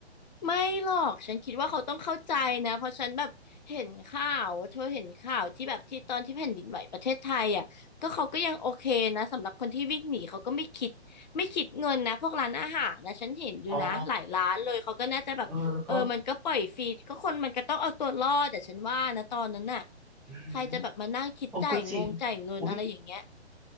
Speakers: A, on the left; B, in the centre.
A: ไม่หรอกฉันคิดว่าเขาต้องเข้าใจนะเพราะฉันแบบเห็นข่าวว่าเธอเห็นข่าวที่แบบที่ตอนที่แผ่นดินไหวประเทศไทยอ่ะก็เขาก็ยังโอเคนะสำหรับคนที่วิ่งหนีเขาก็ไม่คิดไม่คิดเงินนะพวกร้านอาหารนะฉันเห็นอยู่นะหลายร้านเลยเขาก็น่าจะแบบเออมันก็ปล่อยฟรีก็คนมันก็ต้องเอาตัวรอดแต่ฉันว่านะตอนนั้นน่ะ
B: อ๋อเออก็อืม
A: ใครจะแบบมานั่งคิดจ่ายงงจ่ายเงินอะไรอย่างเงี้ย
B: โอ้ก็จริงอุ๊ย